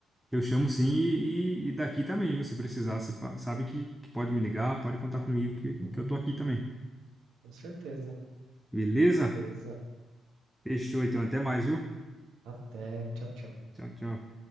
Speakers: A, in the centre; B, on the right.
A: que eu chamo sim e, e, e daqui também, viu? Se precisar, você pa- sabe que, que pode me ligar, pode contar comigo que, que eu tô aqui também.
B: com certeza.
A: Beleza?
B: Beleza.
A: Fechou, então. Até mais, viu?
B: Até, tchau, tchau.
A: Tchau, tchau.